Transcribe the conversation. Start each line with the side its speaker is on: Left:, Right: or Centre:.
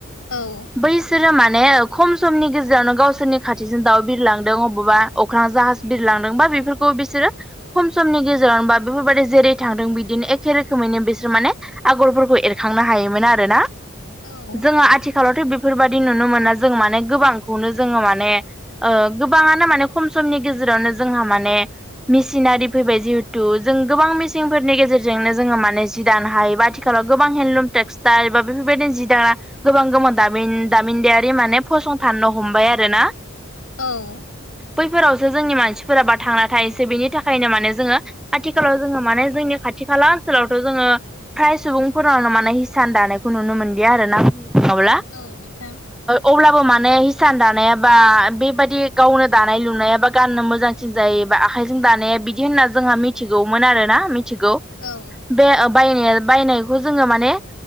Left: औ
Centre: बैसोरो माने खम समनि गेजेरावनो गावसोरनि खाथिजों दाउ बिरलांदों अबावबा अख्रां जाहाज बिरलांदोंबा बेफोरखौ बिसोरो खम समनि गेजेरावनो बा बेफोरबायदि जेरै थांदों बिदिनो एखे रोखोमैनो बिसोर माने आगरफोरखौ एरखांनो हायोमोन आरोना।
Left: औ
Centre: जों आथि खालावथ' बेफोरबायदि नुनो मोना जों माने गोबांखौनो जोङो माने ओ गोबाङानो माने खम समनि गेजेरावनो जोंहा माने मिेसिनारि फैबाय जिहेथु जों गोबां मेसिनफोरनि गेजेरजोंनो जोङो माने जि दानो हायो बा खालाव गोबां हेन्दलुम टेक्सटाइल बा बेफोरबायदि जि दाग्रा गोबां गोबां दामिन दामिनदायारि माने फसंथाननो हमबाय आरो ना
Left: औ
Centre: बैफोरावसो जोंनि मानसिफोराबा थांना थायो बेनि थाखायनो माने जोङो आथिखालाव जोङो माने जोंनि खाथि खाला ओनसोलावथ' जोङो फ्राय सुबुंफोरावनो माने हिसान दानायखौ नुनो मोनदिया आरोना बावला
Left: औ नोंथां
Centre: अब्लाबो माने हिसान दानायाबा बेबायदि गावनो दानाय लुनायाबा गाननो मोजां सोन जायो बा आखाइजों दानाया बिदि होनना जोंहा मिथिगौमोन आरोना मिथिगौ
Left: औ
Centre: बे बायनाय बायनायखौ जोङो माने